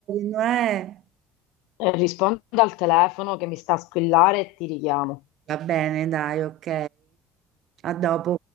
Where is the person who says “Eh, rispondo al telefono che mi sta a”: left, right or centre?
Left